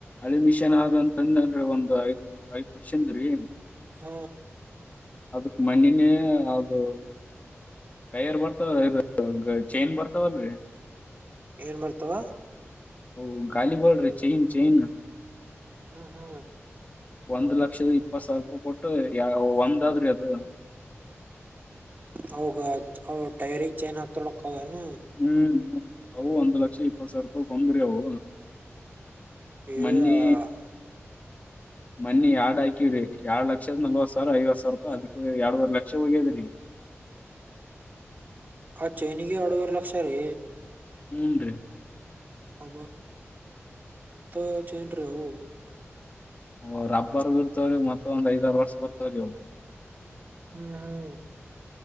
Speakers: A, on the left; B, on the right.
A: ಅಳಮಿಷನ್ ಆದಂತಂದ ಅಂದ್ರೆ ಒಂದ್ ಐದ್ ಐದ್ ವರ್ಷ ಅಂದ್ರೆ
B: ಹ್ಮ್
A: ಅದಕ್ ಮಣಿನೇ ಅದು ಟೈರ್ ಬರ್ತಾ ಚೈನ್ ಬರ್ತಾವಲ್ರಿ
B: ಏನ್ ಬರ್ತಾವ
A: ಹೌ ಗಾಾಲಿಬ್ರ ಚೈನ್ ಚೈನ್
B: ಹ್ಮ್ ಹ್ಮ್
A: ಒಂದ್ ಲಕ್ಷದ ಇಪ್ಪತ್ ಸಾವಿರ ರೂಪಾಯಿ ಕೊಟ್ಟು ಯಾವ ಒಂದ ಆದ್ರಿ ಅದು
B: ಹೌೋಗ ಟಯರಿ ಚೇಂಜ್ ಆಗ್ತೊಳಕ್ಕನ
A: ಹ್ಮ್ ಅವು ಒಂದಂದು ಲಕ್ಷ ಇಪ್ಪತ್ ಸಾವಿರ ರೂಪಾಯ್ ಕೊಂದ್ರಿ ಅವು
B: <inaudible>
A: ಮನ್ನಿ ಮನ್ನಿ ಎರಡ್ ಹಾಕಿವವ್ರಿ ಎರಡ್ ಲಕ್ಷದ ನಲ್ವತ್ ಸಾವಿರ ಐವತ್ ಸಾವಿರ ರೂಪ ಅಿಕ್ಕ ಎರಡ್ುವವರ್ ಲಕ್ಷ ಹೋಗ್ಯದ್ರಿ <inaudible>
B: ಅ ಚೆ ಇನಿಗೆ ಎರಡುವರೆ ಲಕ್ಷ ರೀ
A: ಮೂಂದು
B: ಅ ಅಂತ ಚನ್ ರೀವು
A: ಓ ರಬ್ಬರ್ ಇರ್ತವ್ರೀ ಮತ್ತೊಂದ್ ಐದಾರು ವರ್ಷ ಬರ್ತವ್ರಿ ಅವ
B: ಹ್ಮ್ ಹ್ಮ್